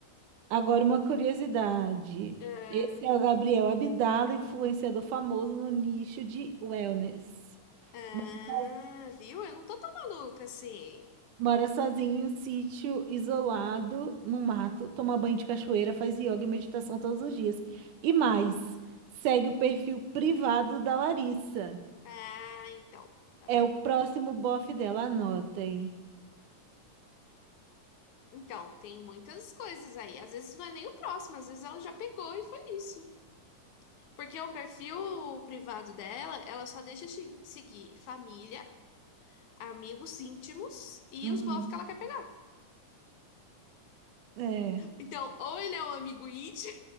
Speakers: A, on the right; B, on the left.
A: Agora, uma curiosidade.
B: é,
A: Esse é o Gabriel Abdala, influenciador famoso no nicho de wellness.
B: ah,
A: Mora sozinho,
B: viu? Eu não tô tão maluca assim.
A: mora sozinho em um sítio isolado, no mato, toma banho de cachoeira, faz yoga e meditação todos os dias. E mais, segue o perfil privado da Larissa.
B: Ah, então. Tá
A: É
B: vendo?
A: o próximo bofe dela, anotem.
B: Então, tem muitas coisas aí. Às vezes não é nem o próximo, às vezes ela já pegou e foi isso. Porque o perfil privado dela, ela só deixa se- seguir família, amigos íntimos e
A: Uhum.
B: os bofs que ela quer pegar.
A: É.
B: Então, ou ele é um amigo íntimo,